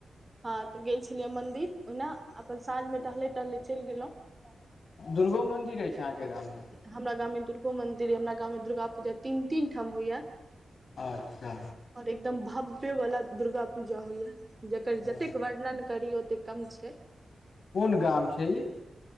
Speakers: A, on the right; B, on the left.
A: हँ तऽ गेल छलियै मंदिर ओहिना अपन साँझ मे टहले टहले चैल गेलहुँ। ह।
B: दुर्गो मंन्दिर रहै छै, अहाँकेँ गाम मे
A: हमरा गाँवमे दुर्गो मंदिर अइ हमरा गाँवमे दुर्गा पूजा तीन तीन ठाम होइया
B: अच्छा
A: और एकदम भव्य वाला दुर्गा पूजा होइया जेकर
B: हँ
A: जतेक वर्णन करी ओतेक कम छै
B: कोन गाम छै ई